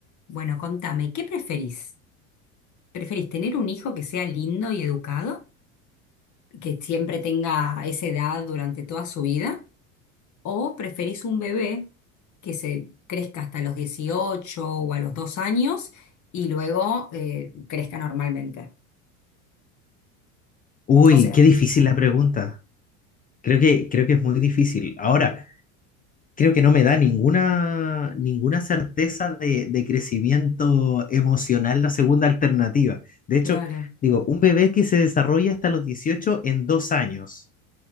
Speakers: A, on the left; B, on the left.
A: Bueno, contame, ¿qué preferís? ¿Preferís tener un hijo que sea lindo y educado, que siempre tenga esa edad durante toda su vida? ¿O preferís un bebé que se crezca hasta los 18 o a los 2 años y luego eh, crezca normalmente?
B: Uy,
A: O sea,
B: qué difícil la pregunta. Creo que, creo que es muy difícil. Ahora, creo que no me da ninguna, ninguna certeza de, de crecimiento emocional la segunda alternativa. De hecho,
A: claro,
B: digo, un bebé que se desarrolla hasta los 18 en dos años.